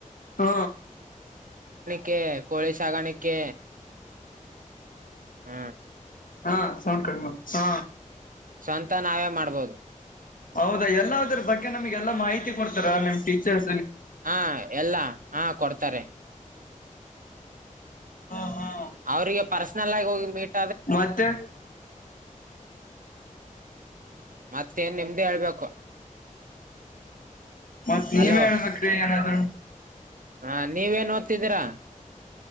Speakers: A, on the left (about 85°); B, on the right (about 80°).
A: ಹೂ
B: ಕೆ ಕೋಳಿ ಸಾಗಾಣಕ್ಕೆ ಹೂ
A: ಹಾ ಸೌಂಡ್ ಕಡಿಮೆ ಮಾಡು ಹ
B: ಸ್ವಂತ ನಾವೇ ಮಾಡ್ಬೋದು
A: ಹೌದಾ ಎಲ್ಲದ್ರ ಬಗ್ಗೆ ನಮ್ಗೆ ಎಲ್ಲಾ ಮಾಹಿತಿ ಕೊಡ್ತಾರಾ ನಿಮ್ ಟೀಚರ್
B: ಹಾ ಎಲ್ಲ ಹಾ ಕೊಡ್ತಾರೆ
A: ಹಾ ಹಾ
B: ಅವ್ರಿಗೆ ಪರ್ಸನಲ್ ಆಗಿ ಹೋಗಿ ಮೀಟ್
A: ಮತ್ತೆ
B: ಹ ಮತ್ತೇನ್ ನಿಮ್ದೇ ಹೇಳ್ಬೇಕು
A: ಮತ್ ನೀವೇ
B: ಹಲೋ
A: ಹೇಳ್ಬೇಕ್ರಿ ಏನಾದ್ರು
B: ಹಾ ನೀವೇಏನ್ ಓದ್ತಿದ್ದೀರಾ